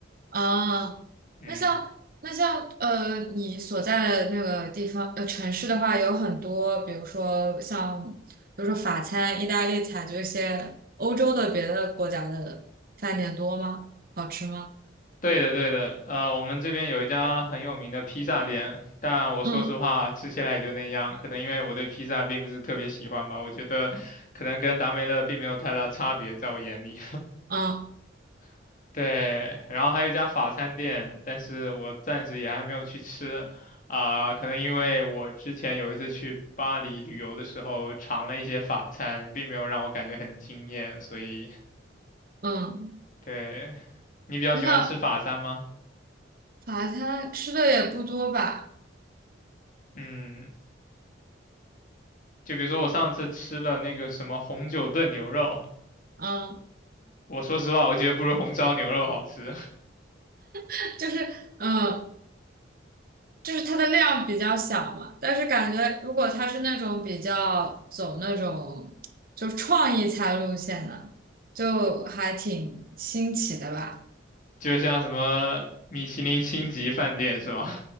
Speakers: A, on the right; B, on the left.
A: 啊，
B: <laughs> 嗯。
A: 那像那像呃，你所在的那个地方呃城市的话，有很多，比如说像比如说法餐、意大利菜，就一些欧洲的别的国家的饭店多吗？好吃吗？
B: 对的，对的，呃，我们这边有一家很有名的披萨店，但我说实话，
A: 嗯
B: 吃起来也就那样。可能因为我对披萨并不是特别喜欢吧，我觉得可能跟达美乐并没有太大差别，在我眼里。
A: 嗯
B: <laughs> 对，然后还有一家法餐店，但是我暂时也还没有去吃，啊、可能因为我之前有一次去巴黎旅游的时候尝了一些法餐，并没有让我感觉很惊艳，所以，
A: 嗯，
B: 对，你比较喜欢吃法餐吗？
A: 那像法餐吃的也不多吧？
B: 嗯。就比如说我上次吃了那个什么红酒炖牛肉，
A: 嗯，
B: 我说实话，我觉得不如红烧牛肉好吃。
A: <laughs> 就是嗯。呃就是它的量比较小嘛，但是感觉如果它是那种比较走那种就是创意菜路线的，就还挺新奇的吧。
B: <laughs> 就像什么米其林星级饭店是吗？